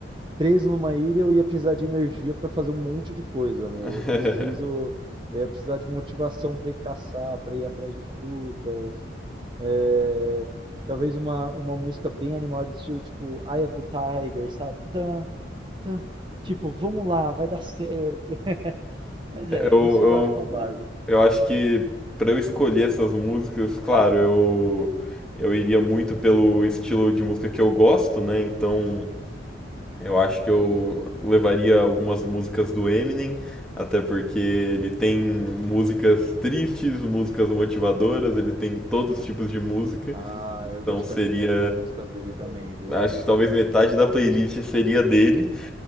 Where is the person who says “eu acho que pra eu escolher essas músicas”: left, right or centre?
Centre